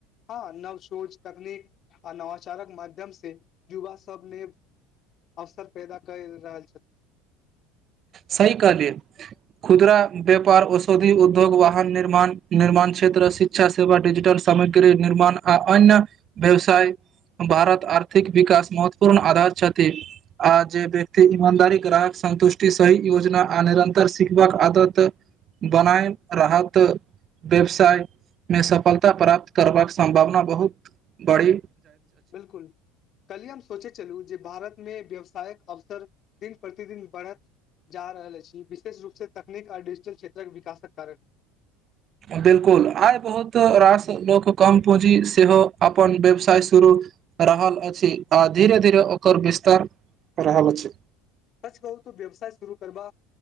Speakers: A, on the left (about 50°); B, on the right (about 45°).
A: हँ नव सोच तकनीक आ नवाचारक माध्यम से युवा सब ने अवसर पैदा कर रहल छथिन
B: सही कहलाये खुदरा व्यापार औषधी उद्योग वाहन निर्माण निर्माण क्षेत्र शिक्षा सेवा डिजिटल सामग्री निर्माण आ अन्य व्यवसाय भारत आर्थिक विकास महत्वपूर्ण आधारित छथि आ जे व्यक्ति ईमानदारी ग्राहक संन्तुष्ट सही योजना आ निरन्तर सिखबाक आदत बनाय रहत व्यवसाय में सफलता प्राप्त करबाक सम्भावना बहुत बढ़ी
A: बिलकुल कल्हि हम सोचै छलूं जे भारत में व्यवसायक अवसर दिन प्रतिदिन बढ़त जा रहल अछि विशेष रूप से तकनीक आ डिजिटल क्षेत्रक विकासक कारण
B: बिलकुल आइ बहुत रास लोक कम पूँजी सेहो अपन व्यवसाय शुरू रहल अछि आ धीरे धीरे ओकर विस्तार रहल अछि
A: सच कहू त व्यवसाय शुरू करबा